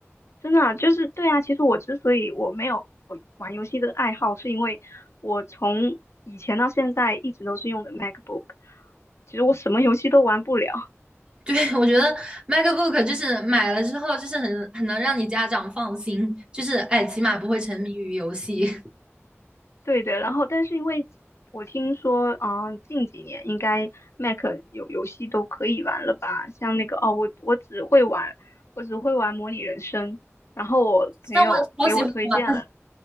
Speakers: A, on the left; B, on the right.
A: 真的啊就是对啊。其实我之所以我没有玩游戏的爱好，是因为我从以前到现在一直都是用的 MacBook，其实我什么游戏都玩不了。
B: 对，我觉得 MacBook 就是买了之后，就是很很能让你家长放心，就是哎，起码不会沉迷于游戏。<laughs>
A: 对的，然后但是因为我听说，嗯、近几年应该 Mac 有游戏都可以玩了吧？像那个哦，我我只会玩，我只会玩模拟人生，然后我朋友给我推荐了，
B: 那我也超喜欢玩，